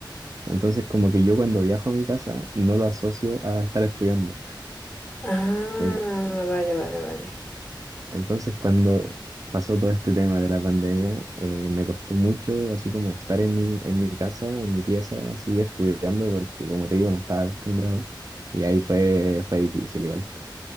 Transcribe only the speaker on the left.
Ah,
vale, vale, vale.